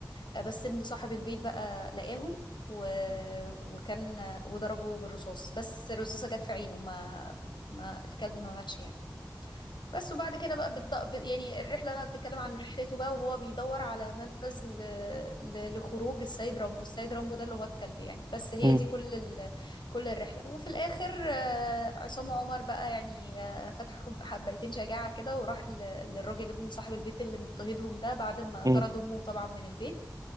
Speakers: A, on the left; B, on the right.
A: آه، بس ابن صاحب البيت بقى لقاهم و...
B: مم.
A: وكان وضربه بالرصاص بس الرصاصة جت في عينه ما ما الكلب ما ماتش يعني بس وبعد كده بقى بتض... يعني الرحلة بقى بتتكلم عن رحلته بقى وهو بيدور على منفذ ل... ل... لخروج السيد رامبو السيد رامبو ده اللي هو الكلب يعني بس هي
B: مم.
A: دي كل ال... كل الرحلة وفي الآخر آه، عصام عمر بقى يعني آه، خد حب... حبيتين شجاعة كده وراح ل... للراجل ابن صاحب البيت اللي مضطهدهم ده بعد ما طرد
B: مم.
A: أمه طبعا من البيت